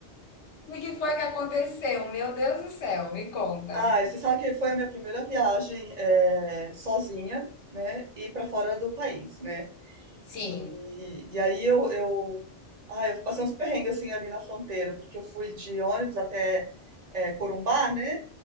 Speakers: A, on the left; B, on the right.
A: O que foi que aconteceu? Meu Deus do céu, me conta.
B: Ai, você sabe que foi a minha primeira viagem eh, sozinha, né? E pra fora do país, né?
A: Sim.
B: E, e aí eu, eu, ah, eu passei uns perrengues assim ali na fronteira, porque eu fui de ônibus até eh, Corumbá, né?